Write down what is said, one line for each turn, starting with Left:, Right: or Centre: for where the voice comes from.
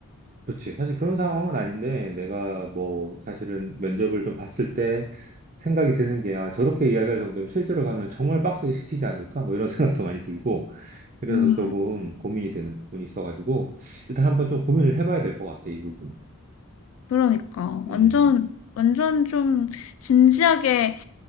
Right: 그치. 사실 그런 상황은 아닌데, 내가 뭐, 사실은 면접을 좀 봤을 때 생각이 드는 게, 아, 저렇게 이야기할 정도면 실제로 가면 정말 빡세게 시키지 않을까? 뭐 이런 <laughs> 생각도 많이 들고, 그래서
Left: 음.
Right: 조금 고민이 되는 부분이 있어가지고, 일단 한번 좀 고민을 해봐야 될 것 같아, 이 부분은.
Left: 그러니까
Right: 음.
Left: 완전 완전 좀 진지하게